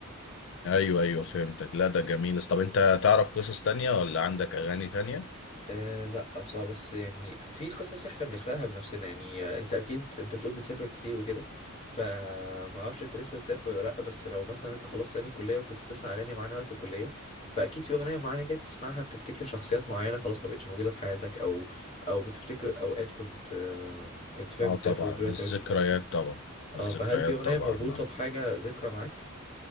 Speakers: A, on the left; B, on the left.
A: ايوه ايوه فهمتك لا ده جميل طب انت تعرف قصص تانية ولا عندك اغاني تانية
B: آه لا بصراحة بس يعني في قصص احنا بنخلقها بنفسنا يعني آه، انت اكيد انت بتقول بتسافر كتير وكده فما اعرفش انت لسه بتسافر ولا لا بس لو مثلا انت خلصت ايام الكلية وكنت بتسمع اغاني معانا وقت الكلية فاكيد في اغنية معانا كده بتسمعها بتفتكر شخصيات معينة خلاص ما بقتش موجودة في حياتك او او بتفتكر اوقات كنت آه كنت فيها
A: اه
B: بتسافر
A: طبعا
B: ودلوقتي
A: الذكريات
B: ما بقتش بتحصل
A: طبعا الذكريات
B: اه فهل في اغنية
A: طبعا
B: مربوطة
A: آه.
B: بحاجة ذكرى معاك؟